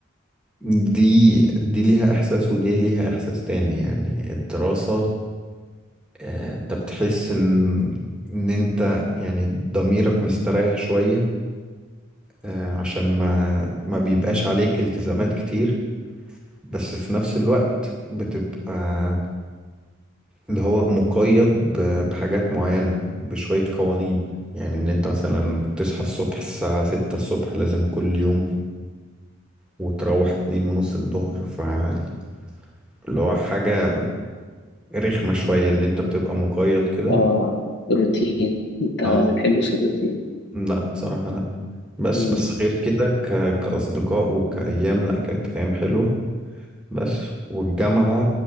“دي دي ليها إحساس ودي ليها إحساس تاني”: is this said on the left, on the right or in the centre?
Centre